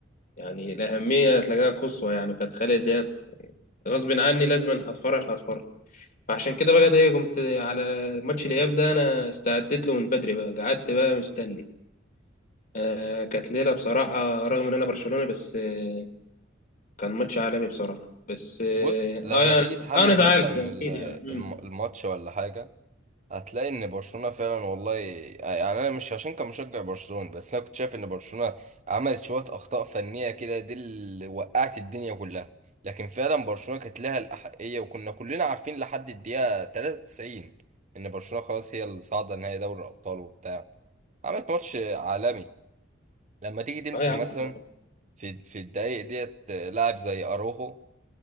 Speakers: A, on the left (about 45°); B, on the right (about 40°).
A: يعني الأهمية تلاقيها قصوى يعني فتخيل ديت غصب عني لازم هتفرج هتفرج فعشان كده بقى ايه قمت على ماتش الإياب ده أنا استعدت له من بدري بقى قعدت بقى مستني آه كانت ليلة بصراحة رغم إن أنا برشلوني بس آه كان ماتش عالمي بصراحة بس اه
B: بص لما
A: آه، يعني-
B: تيجي تحلل
A: آه، أنا زعلت
B: مثلا
A: أكيد
B: ال-
A: يعني مم.
B: الم- الماتش ولا حاجة هتلاقي ان برشلونة فعلا والله آه، يعني انا مش عشان كان مشجع برشلونة بس انا كنت شايف ان برشلونة عملت شوية اخطاء فنية كده دي اللي وقعت الدنيا كلها لكن فعلا برشلونة كانت لها الأحقية وكنا كلنا عارفين لحد الدقيقة 93 ان برشلونة خلاص هي اللي صاعدة نهائي دوري الأبطال وبتاع عملت ماتش عالمي لما تيجي تمسك
A: اه يا
B: مثلا
A: عم
B: في في الدقايق ديت لاعب زي اروخو